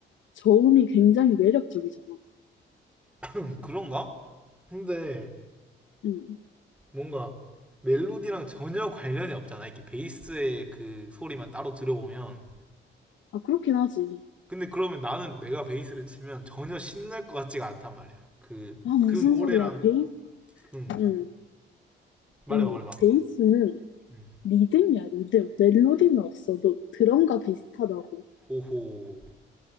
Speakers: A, on the left (about 70°); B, in the centre.
A: 저음이 굉장히 매력적이잖아.
B: 음, 그런가? 근데
A: 음.
B: 뭔가 멜로디랑 전혀 관련이 없잖아. 이렇게 베이스의 그 소리만 따로 들어보면.
A: 아, 그렇긴 하지.
B: 근데 그러면 나는 내가 베이스를 치면 전혀 신날 것 같지가 않단 말이야. 그,
A: 아, 무슨
B: 그 노래랑,
A: 소리야, 베이스?
B: 응,
A: 음.
B: 말해봐,
A: 아니,
B: 말해봐.
A: 베이스는
B: 응.
A: 리듬이야, 리듬. 멜로디는 없어도 드럼과 비슷하다고.
B: 호호.